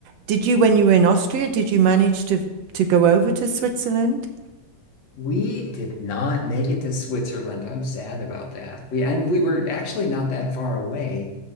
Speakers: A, on the right; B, on the left.
A: did you, when you were in Austria, did you manage to to go over to Switzerland?
B: We did not make it to Switzerland. I'm sad about that. We and we were actually not that far away.